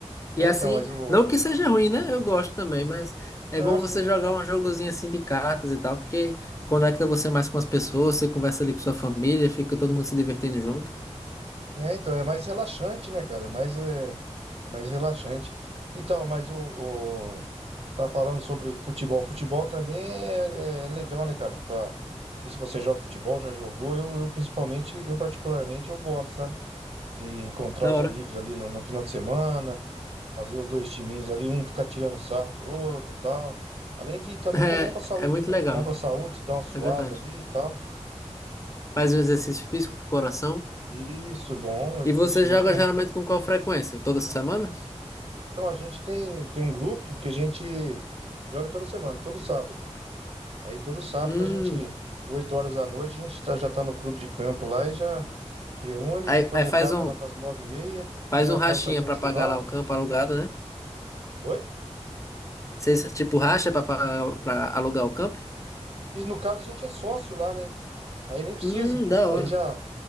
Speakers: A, on the left; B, on the right.
A: E
B: é,
A: assim,
B: então, mas o
A: não que seja ruim, né? Eu gosto também, mas é
B: ah,
A: bom
B: sim.
A: você jogar um jogozinho assim de cartas e tal, porque conecta você mais com as pessoas, você conversa ali com sua família, fica todo mundo se divertindo junto.
B: É, então, é mais relaxante, né, cara? É mais é, é mais relaxante. Então, mas o, o- tá falando sobre futebol. Futebol também é, é legal, né, cara? Pra... Não sei se você joga futebol, já jogou. Eu, eu principalmente, eu particularmente, eu gosto, sabe? de encontrar
A: Da
B: os
A: hora.
B: amigos
A: <laughs>
B: ali no, no final de semana, fazer os dois timinhos ali, um ficar tirando sarro do outro e tal. Além de também
A: É,
B: que é bom pra saúde,
A: é muito
B: né?
A: legal,
B: Bom pra saúde, se dá uma suada
A: é verdade.
B: ali e tal.
A: Faz um exercício físico pro coração.
B: Isso, bom, é-
A: E você
B: isso
A: joga
B: é muito bom.
A: geralmente com qual frequência? Toda semana?
B: Então a gente tem, tem um grupo que a gente joga toda semana, todo sábado. Aí todo sábado
A: Hum.
B: a gente, 8 horas da noite, a gente tá- já tá no clube de campo lá e já reúne,
A: Aí,
B: depois
A: aí faz
B: acaba
A: um,
B: lá pras 9 e meia,
A: faz
B: já
A: um rachinha
B: vai fazer
A: pra
B: um churrasco.
A: pagar lá o campo alugado, né?
B: Oi?
A: Vocês, tipo, racha pra, pagar- pra alugar o campo?
B: E no caso a gente é sócio lá, né? Aí nem precisa.
A: Hum, da
B: Daí
A: hora.
B: já.